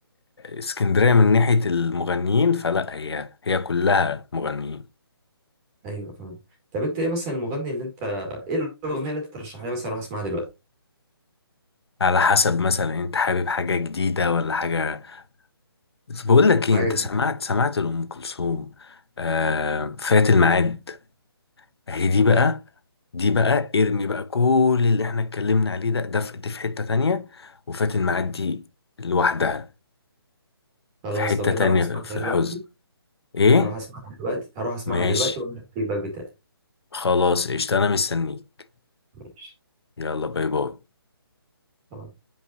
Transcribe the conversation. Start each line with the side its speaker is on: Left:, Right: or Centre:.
Left: اسكندريه من ناحيه المغنيين فلا هي هي كلها مغنيين
Right: ايوه فاهم طب انت ايه مثلا المغني اللي انت ايه الاغنيه اللي انت ترشحها لي مثلا اروح اسمعها دلوقتي
Left: على حسب مثلا انت حابب حاجه جديده ولا حاجه بس بقول لك ايه
Right: حاجه
Left: انت
Right: جديده
Left: سمعت سمعت لأم كلثوم آه فات الميعاد اهي دي بقى
Right: لا
Left: دي بقى ارمي بقى كل اللي احنا اتكلمنا عليه ده ده في, دي في حتة تانية وفات الميعاد دي لوحدها
Right: خلاص
Left: في حتة
Right: لو كده
Left: تانية
Right: اروح اسمعها
Left: في الحزن
Right: دلوقتي
Left: ايه
Right: اروح اسمعها دلوقتي هروح اسمعها
Left: ماشي
Right: دلوقتي واقول لك الفيدباك بتاعي
Left: خلاص قشطة انا مستنيك
Right: ماشي
Left: يلا باي باي
Right: خلاص.